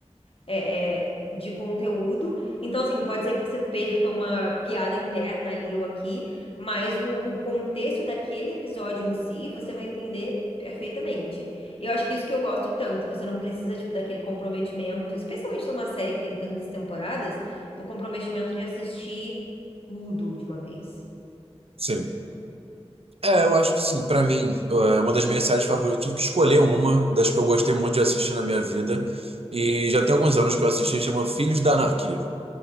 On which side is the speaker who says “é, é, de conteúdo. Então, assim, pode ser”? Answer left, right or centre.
Left